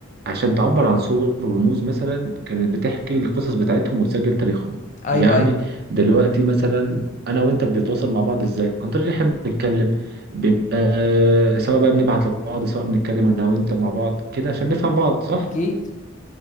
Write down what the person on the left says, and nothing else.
ايوه
ايوه
اكيد